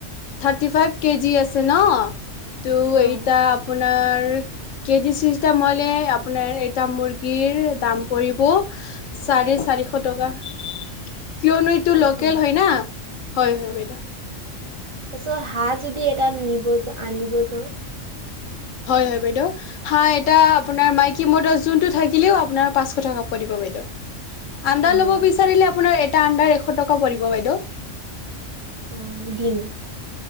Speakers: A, on the left (about 75°); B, on the right (about 35°).
A: থাৰ্তী ফাইভ কেজি আছ - আছে ন টো
B: অ'
A: এইটা আপোনা- আপোনাৰ কেজি চিষ্টেম হলে আপোনাৰ এটা মুৰ্গীৰ দাম পৰিব চাৰে চাৰিশ টকা।
B: <inaudible>
A: কিয়নো এইটো
B: অ'
A: লোকেল
B: অ'
A: হয় না, হয় হয় বাইদেউ।
B: তাৰপিছত হাঁহ যদি এটা নিব যা - আনিব যাওঁ?
A: হয় হয় বাইদেউ, হাঁহ এটা আপোনাৰ মাইকী মতা যোনটো থাকিলেও আপোনাৰ পাঁচশ টকা পৰিব। বাইদেউ। আণ্ডা
B: অ'
A: লব বিছাৰিলে আপোনাৰ এটা আণ্ডাৰ এশ টকা পৰিব বাইদেউ।
B: উম ডিম।